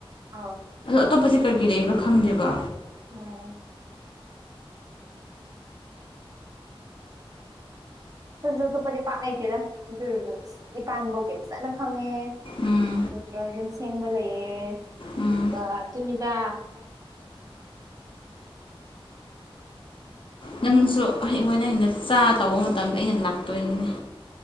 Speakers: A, on the right (about 35°); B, on the left (about 60°).
A: ꯑꯥ
B: ꯑꯇꯣꯞꯄꯁꯤ ꯀꯔꯤ ꯀꯔꯤ ꯂꯩꯕ꯭ꯔ ꯈꯪꯗꯦꯕ
A: ꯎꯝ ꯇꯨꯁꯨ ꯑꯇꯣꯞꯄꯗꯤ ꯄꯥꯛ ꯂꯩꯇꯦꯗ ꯑꯗꯨꯔꯁꯨ ꯏꯄꯥꯟ ꯐꯥꯎꯗꯤ ꯐꯖꯅ ꯈꯪꯉꯦ
B: ꯎꯝ
A: ꯑꯗꯨꯒ ꯌꯨꯝ ꯁꯦꯡꯕ ꯂꯩꯌꯦ
B: ꯎꯝ
A: ꯑꯗꯨꯒ ꯑꯗꯨꯅꯤꯗ
B: ꯅꯪꯁꯨ ꯍꯌꯦꯡꯋꯥꯏ ꯅꯪꯒꯤ ꯅꯆꯥ ꯇꯧꯕ ꯃꯇꯝꯗ ꯑꯩꯅ ꯂꯥꯛꯇꯣꯏꯅꯤꯅꯦ